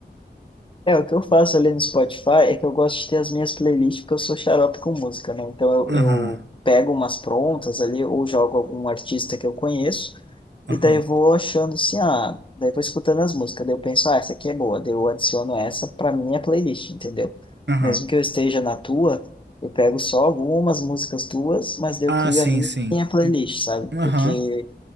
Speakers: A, on the left; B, on the right.
A: É, o que eu faço ali no Spotify é que eu gosto de ter as minhas playlists, porque eu sou xarope com música, né? Então
B: Aham,
A: eu, eu pego umas prontas ali, ou jogo algum artista que eu conheço,
B: aham,
A: e daí eu vou achando assim, ah, daí vou escutando as músicas, daí eu penso, ah, essa aqui é boa, daí eu adiciono essa pra minha playlist, entendeu?
B: aham.
A: Mesmo que eu esteja na tua, eu pego só algumas músicas tuas, mas daí
B: Ah,
A: eu crio
B: sim,
A: a minha
B: sim.
A: minha playlist,
B: E-
A: sabe?
B: Aham.
A: Porque